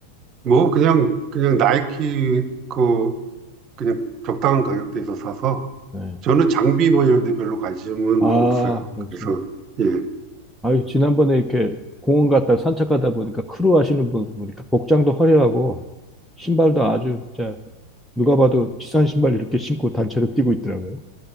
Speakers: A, on the right; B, in the centre.
A: 뭐 그냥 그냥 나이키 그 그냥 적당한 가격대에서 사서
B: 예.
A: 저는 장비 뭐 이런 데 별로 관심은
B: 아,
A: 없어요.
B: 그렇지.
A: 그래서 예.
B: 아유, 지난번에 이렇게 공원 갔다 산책하다 보니까 크루 하시는 분 보니까 복장도 화려하고 신발도 아주 진짜 누가 봐도 비싼 신발 이렇게 신고 단체로 뛰고 있더라고요.